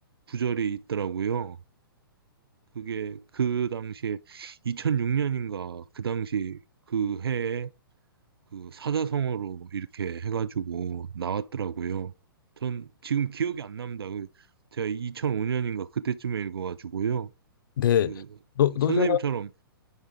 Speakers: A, on the right; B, on the left.
A: 구절이 있더라고요. 그게 그 당시에 2006년인가 그 당시 그 해에 그 사자성어로 이렇게 해가지고 나왔더라고요. 전 지금 기억이 안 납니다. 그 제가 2005년인가 그때쯤에 읽어가지고요.
B: 네,
A: 그
B: 노, 노자
A: 선생님처럼